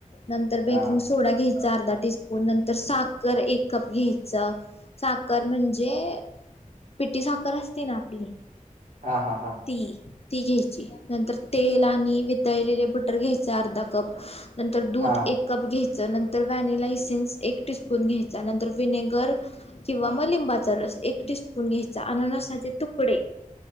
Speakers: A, on the left; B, on the right.
A: नंतर
B: हा
A: बेकिंग सोडा घ्यायचा अर्धा टीस्पून नंतर साखर एक कप घ्यायच साखर म्हणजे पिटी साखर असते ना आपली
B: हा हा हा
A: ती ती घ्यायची नंतर तेल आणि वितळलेले बटर घ्यायच अर्धा कप नंतर दूध
B: हा
A: एक कप घ्यायचं नंतर व्हॅनेिला इसिन्स एक टीस्पून घ्यायचा नंतर विनेगर किंवा मलिंबाचा रस एक टीस्पून घ्यायचा अन न सा तुकडे